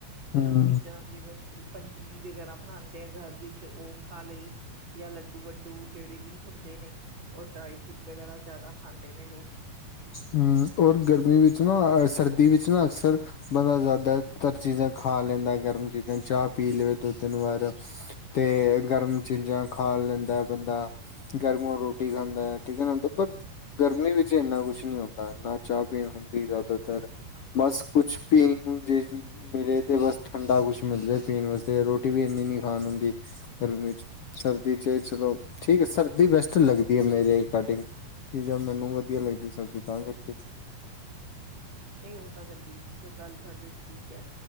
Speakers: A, on the right; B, on the left.
A: ਗਰਮ
B: ਹੂੰ
A: ਚੀਜ਼ਾਂ ਜਿਵੇਂ ਪੰਜੀਰੀ ਵਗੈਰਾ ਬਨਾਂਦੇ ਆਂ ਘਰ ਵਿੱਚ ਓ ਖਾ ਲਈ ਯਾ ਲੱਡੂ ਵੱਡੂ ਜੇੜੇ ਵੀ ਹੁੰਦੇ ਨੇ ਔਰ ਡਰਾਈ ਫਰੂਟ ਵਗੈਰਾ ਜਾਦਾ ਖਾਂਦੇ ਨੇ ਲੋਕ।
B: ਹਂ, ਔਰ ਗਰਮੀ ਵਿੱਚ ਨਾਂ, ਸਰਦੀ ਵਿੱਚ ਨਾਂ ਅਕਸਰ ਬੰਦਾ ਜ਼ਿਆਦਾ ਜਿਆਦਾਤਰ ਚੀਜ਼ਾਂ ਖਾ ਲੈਂਦਾ ਗਰਮ ਚੀਜ਼ਾਂ, ਚਾਹ ਪੀ ਲਵੇ ਦੋ-ਤਿੰਨ ਵਾਰ ਤੇ ਗਰਮ ਚੀਜ਼ਾਂ ਖਾ ਲੈਂਦਾ ਬੰਦਾ। ਗਰਮੋ ਰੋਟੀ ਖਾਂਦਾ ਏ, ਠੀਕ ਐ ਨਾਂ ਪਰ ਗਰਮੀ ਵਿੱਚ ਇੰਨਾ ਕੁਛ ਕੁਛ ਨੀ ਹੋਤਾ, ਨਾਂ ਚਾਹ ਪੀਣ ਹੁੰਦੀ ਜ਼ਿਆਦਾਤਰ, ਬਸ ਕੁਛ ਪੀਣ ਨੂੰ ਜੇ ਮਿਲੇ ਤੇ ਬਸ ਠੰਡਾ ਕੁਛ ਮਿਲਜੇ ਪੀਣ ਵਾਸਤੇ, ਰੋਟੀ ਵੀ ਇਨੀਂ ਨੀਂ ਖਾਣ ਹੁੰਦੀ। ਗਰਮੀ ਚ ਸਰਦੀ ਚ ਚਲੋ ਠੀਕ ਐ, ਸਰਦੀ ਬੈਸਟ ਲੱਗਦੀ ਐ ਮੇਰੇ ਅਕੋਡਿੰਗ। ਕਿ ਜਾਂ ਮੈਨੂੰ ਵਧੀਆ ਲੱਗਦੀ ਸਰਦੀ ਤਾਂ ਕਰਕੇ।
A: ਨ੍ਹੀਂ ਉਹ ਤਾਂ ਕਰਦੀ ਫ ਗੱਲ ਸਾਡੀ ਠੀਕ ਐ।